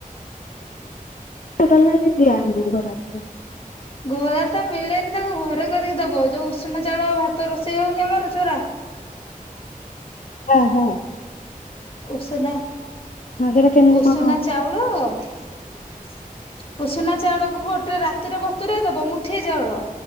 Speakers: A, on the left (about 65°); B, on the left (about 40°).
A: ଟୋଟଲ଼ କାଇଁ ଦିଆ ହେଇନି ଘୋରା ଫୋରା।
B: ଘୋରା ତ ମିଳେନି ତାକୁ ଘରେ କରିକି ଦବ ଯୋଉ ଉଷୁନା ଚାଉଳ ଭାତ ରୋଷେଇ ହଉନି ଆମର ଚୋରା
A: ହୁଁ ହୁଁ
B: ଉଷୁନା
A: ହଁ ସେଇଟା କେମିତି
B: ଉଷୁନା
A: କଣ ହଁ
B: ଚାଉଳ ଉସୁନା ଚାଉଳକୁ ଗୋଟେ ରାତିରେ ବତୁରଇ ଦବ ମୁଠେ ଚାଉଳ